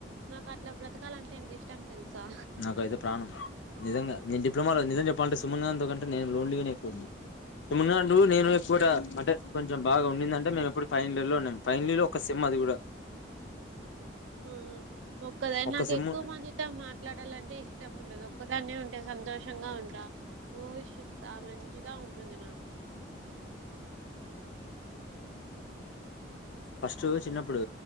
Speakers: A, on the right (about 80°); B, on the left (about 75°).
A: నాకు అట్లా బ్రతకాల అంటే ఎంత ఇష్టం తెలుసా
B: నాక అయితే ప్రాణం నిజంగా
A: ఆ
B: నేను డిప్లమాలో నిజ చె ంటే సున్ అంటేను లోన్లీగానేయింది న్నాడు నేను కూడా అంటే కొంచెం బాగా ఉండిందింటే మేము ఎప్పుడు ఫైనల్ ఇయర్ లో ఉన్నాం ఫైనల్ ఇయ లో ఒక సిమ్ అది కూడా
A: ఆ ఒక్కద
B: ఒక
A: నాకు
B: సెమ్
A: ఎక్కువ మందితో మాట్లాడాలండి అంటే ఇష్టం ఉండదు ఒక్కదాన్న ఉంటే సంతోషంగా ఉంటా నువ ఇష్టస్తా మంచిగా ఉంటుంది నాకు
B: ఫస్ట్ చిన్నప్పుడు